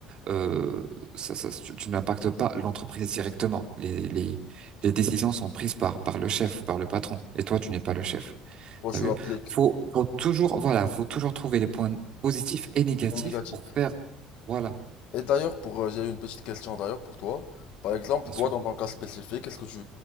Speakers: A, on the right; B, on the left.
A: euh, ça, ça- tu, tu n'impactes pas l'entreprise directement. Les, les, les décisions sont prises par, par le chef, par le patron. Et toi, tu n'es pas le chef.
B: Moi,
A: T'as
B: je
A: vu?
B: l'applique
A: Faut, faut toujours, voilà, faut toujours trouver les points positifs et négatifs
B: C'est négatif.
A: pour faire. Voilà,
B: Et d'ailleurs, pour, euh, j'ai une petite question d'ailleurs pour toi. Par exemple,
A: bien
B: toi,
A: sûr.
B: dans ton cas spécifique, est-ce que tu,